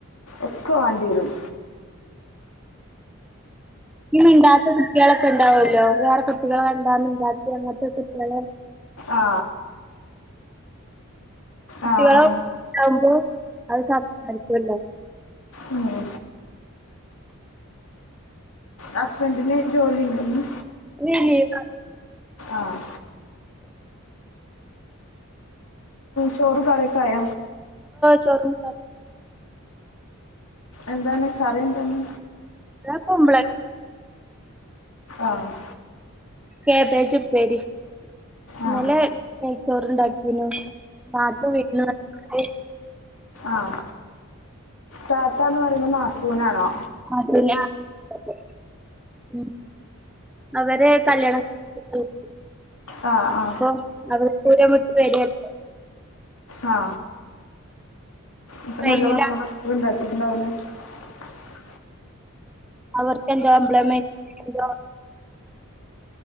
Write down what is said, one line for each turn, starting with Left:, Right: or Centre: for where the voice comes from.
Left: ഒക്കെ വാണ്ടിയരും
Centre: ഈ മിണ്ടാത്ത കുട്ടിയളൊക്കെ ഉണ്ടാവല്ലോ വേറെ കുട്ടികൾ കണ്ടാ മിണ്ടാത്ത അങ്ങൻത്തെ കുട്ടിയള്
Left: ആ
Centre: കുട്ടികൾ
Left: ആ ആ
Centre: ആവുമ്പോ അത് <inaudible>
Left: ഉം ഹസ്ബൻഡന് ജോലി ഉണ്ടെന്ന്
Centre: ഇന്ന് ലീവാ
Left: ആഹ് ചോറ് കറിയൊക്കെയാ?
Centre: ചോറും
Left: എന്താണ് കറിന്തണ്
Centre: കുമ്പള
Left: ആഹ്
Centre: ക്യാബേജ് ഉപ്പേരി
Left: ആ
Centre: ന്നലേ ചോറണ്ടാക്കീനോ താത്തു വീട്ടിനാത്ത്
Left: ആഹ് താത്ത എന്ന് പറയുമ്പോ നത്തൂനാണോ
Centre: അത് ഞാ <unintelligible> അവരെ കല്യാണം <unintelligible>
Left: ആ ആ
Centre: അപ്പോ അത്- പൂരമുട്ട് വരിയപ്പോ <unintelligible>
Left: ആ ഇപ്പ
Centre: ട്രെയിനിലാണ്
Left: നല്ല ഭക്ഷണം എപ്പഴും ഉണ്ടാക്കും വീട്ടിലാവൂലേ <unintelligible>
Centre: അവർക്ക് എന്തോ എംപ്ലോയ്മെന്റ് - ഇല്ല